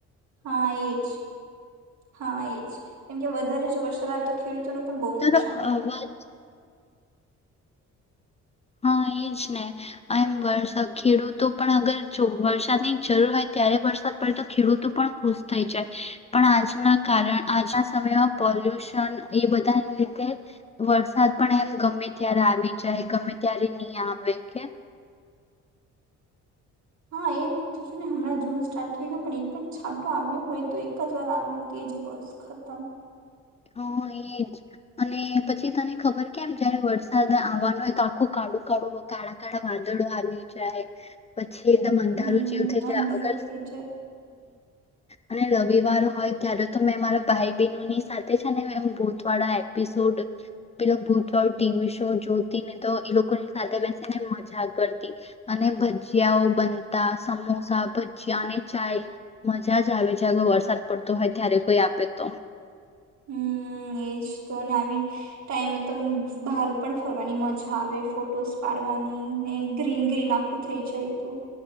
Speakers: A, on the right (about 65°); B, on the left (about 20°).
A: હા એજ હા એજ કેમ કે વધારે જો વરસાદ આવે તો ખેડૂતોનું
B: <unintelligible>
A: પણ બહુ નુકસાન થાય
B: હા, એજ ને એમ વરસા ખેડૂતો પણ અગર જો વરસાદની જરૂર હોય, ત્યારે વરસાદ પડે તો ખેડૂતો પણ ખુશ થઈ જાય, પણ આજના કારણ આજના સમયમાં પોલ્યુશન એ બધાને લીધે વરસાદ પણ એમ ગમે ત્યારે આવી જાય ગમે ત્યારે નહી આવે કે,
A: હા એ ને હમણાં જૂન સ્ટાર્ટ થઈ ગયો પણ એક પણ છાંટો આવ્યો હોય, તો એક જ વાર આવ તો એજ બસ ખતમ
B: હા એજ અને પછી તને ખબર કેમ જયારે વરસાદ આવવાનો હોય, તો આખું કાળું કાળું કાળા કાળા વાદળો આવી જાય, છેદમ અંધારું
A: હમ
B: જેવું થઈ છે,
A: અંધારું
B: અગર
A: થઈ જાય
B: અને રવિવાર હોય ત્યારે તો મેં મારા ભાઈ બહેનો ની સાથે ને ભૂત વાળા એપિસોડ પે ભૂતવાળું ટીવી શો જોતી ને તો એ લોકોની સાથે બેસીને મજા કરતી અને ભજીયાઓ બનતા સમોસા ભજીયા અને ચાય મજા જ આવે છેગ વરસાદ પડતો હોય ત્યારે કોઈ આપે તો
A: હમ એજ તો અને આવી ટાઈમે તો બહાર પણ ફરવાની મજા આવે ફોટોસ પાડવાની ને ગ્રીન ગ્રીન આખું થઇ જાય તો